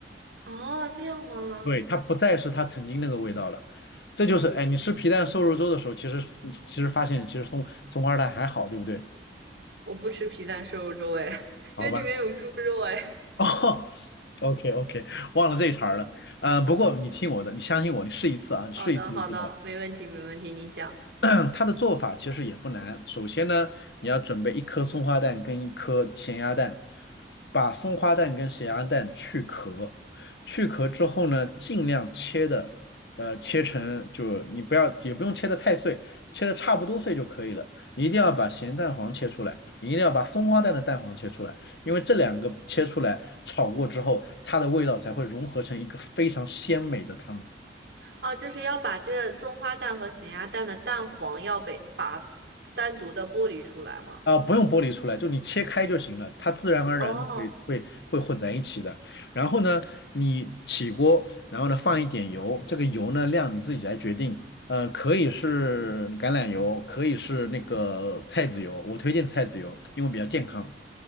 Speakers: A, on the right; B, on the left.
A: 哦，这样吗？
B: 对，它不再是它曾经那个味道了。这就是，哎，你吃皮蛋瘦肉粥的时候，其实其实发现其实松松花蛋还好，对不对？
A: 我不吃皮蛋瘦肉粥哎，<laughs>
B: 好吧，
A: 因为里面有猪肉哎。
B: <laughs> 哦，OK OK，忘了这一茬儿了。
A: 嗯，
B: 嗯、不过你听我的，你相信我，你试一次啊，你试一次就知道。
A: 好的好的，没问题没问题，您讲。
B: 嗯，<clears throat> 它的做法其实也不难。首先呢，你要准备一颗松花蛋跟一颗咸鸭蛋，把松花蛋跟咸鸭蛋去壳，去壳之后呢，尽量切的，呃，切成就你不要也不用切的太碎，切的差不多碎就可以了。一定要把咸蛋黄切出来，一定要把松花蛋的蛋黄切出来，因为这两个切出来炒过之后，它的味道才会融合成一个非常鲜美的汤。
A: 哦，就是要把这松花蛋和咸鸭蛋的蛋黄要被把单独的剥离出来吗？
B: 啊，不用剥离出来，就你切开就行了，它自然而然的会会会混在一起的。
A: 哦
B: 然后呢，你起锅，然后呢放一点油，这个油呢量你自己来决定，嗯，可以是橄榄油，可以是那个菜籽油，我推荐菜籽油，因为比较健康。